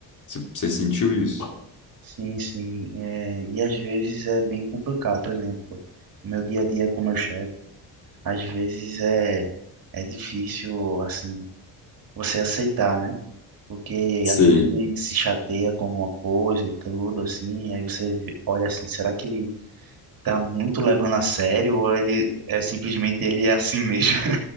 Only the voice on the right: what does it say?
Sim, sim. É, e às vezes é bem complicado. Por exemplo, no meu dia a dia com meu chefe, às vezes é, é difícil, assim, você aceitar, né? Porque
às vezes ele se chateia com alguma coisa e tudo, assim, aí você vê- olha assim, será que ele tá muito levando a sério ou ele é simplesmente ele é assim mesmo?